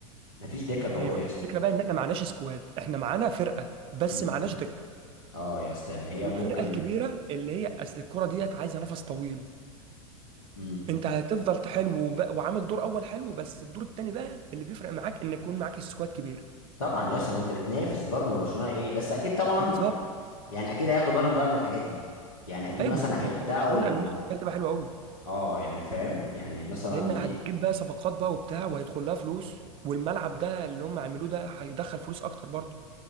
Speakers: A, on the left (about 80°); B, on the right (about 30°).
A: مفيش دكه قويه
B: ما هي الفكره
A: يا اسطى
B: بقى ان احنا معناش سكواد احنا معانا فرقه بس
A: امم
B: معناش دكه
A: اه يا اسطى يعني هي
B: والفرقه
A: ممكن
B: الكبيره اللي هي اصل الكره ديت عايزه نفس طويل
A: امم
B: انت هتفضل حلو وب- وعامل دور اول حلو بس الدور التاني بقى اللي بيفرق معاك ان يكون معاك سكواد كبير
A: طبعا يا اسطى ما انت بتنافس برضه ما برشلونه ايه بس اكيد طبعا
B: بالظبط
A: ال- يعني اكيد هياخدوا بالهم بقى من الحاجات دي يعني اكيد
B: ايوه
A: مثلا
B: بالظبط
A: هيبداوا
B: انت برشلونه
A: ال...
B: الموسم ده هتبقى حلو قوي
A: اه يعني فاهم يعني مثلا
B: لان هتجيب
A: دي
B: بقى صفقات بقى وبتاع وهيدخل لها فلوس والملعب ده اللي هم عملوه ده هيدخل فلوس اكتر برضه